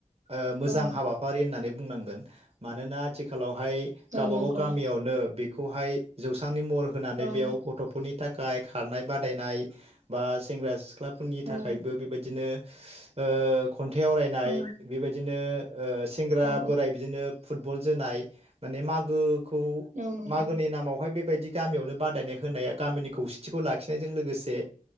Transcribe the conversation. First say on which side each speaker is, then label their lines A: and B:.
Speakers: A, on the right; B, on the right.
A: ओ मोजां
B: औ
A: हाबा होननानै बुंनांगोन मानोना आथिखालाव हाय गावबा
B: औ नंगौ
A: गाव गामियावनो बि खौहाय जौस्रांनि महर होनानै
B: औ
A: बेयाव गथ'फोरनि थाखाय खारनाय बादायनाय बा सेंग्रा सिख्ला फोरनि
B: औ
A: थाखायबो बेबायदिनो ओ खन्थाइ आवरायनाय
B: औ
A: बेबायदिनो ओ सेंग्रा
B: औ
A: बोराइ बिदिनो फुटबल जोनाय माने मागो खौ
B: औ नंगौ
A: मागोनि नामावहाय बेबाय दि गामियावनो बादायनाय होनाया गामिनि खौसेथिखौ लाखिनायजों लोगोसे